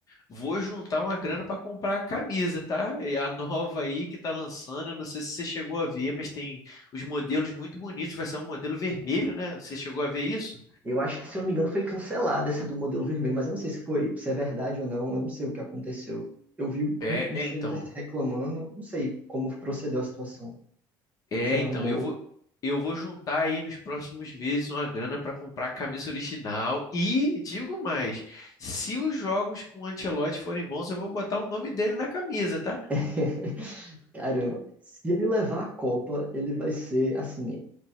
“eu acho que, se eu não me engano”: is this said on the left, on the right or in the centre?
Right